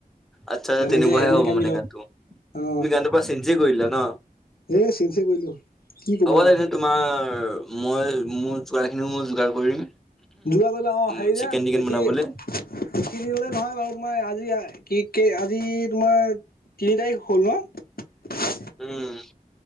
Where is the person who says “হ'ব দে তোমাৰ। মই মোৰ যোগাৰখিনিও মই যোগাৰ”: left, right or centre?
Centre